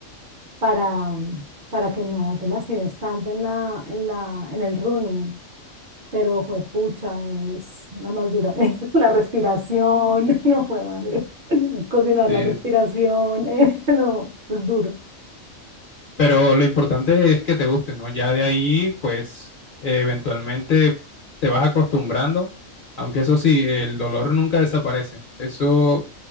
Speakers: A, on the right (about 50°); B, on the left (about 55°).
A: para, para que no te lastimes tanto en la, en la, en el running pero juepucha, es la más dura. <laughs> La respiración, <laughs> no fue madre. Coordinar
B: Sí.
A: la respiración, <laughs> no, es duro.
B: Pero lo importante es que te guste, ¿no? Ya de ahí, pues, eh, eventualmente te vas acostumbrando, aunque eso sí, el dolor nunca desaparece. Eso,